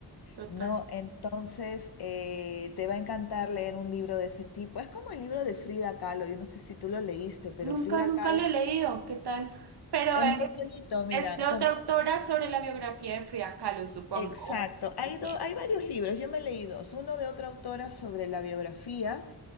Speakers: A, on the right; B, on the left.
A: Total.
B: No, entonces eh, te va a encantar leer un libro de ese tipo. Es como el libro de Frida Kahlo. Yo no sé si tú lo leíste, pero
A: Nunca,
B: Frida
A: nunca
B: Kahlo
A: lo he leído, ¿qué tal? Pero
B: es
A: es,
B: muy bonito, mira,
A: es de otra
B: como
A: autora sobre la biografía de Frida Kahlo, supongo.
B: exacto. Hay
A: Ok.
B: do- hay varios libros. Yo me leí dos. Uno de otra autora sobre la biografía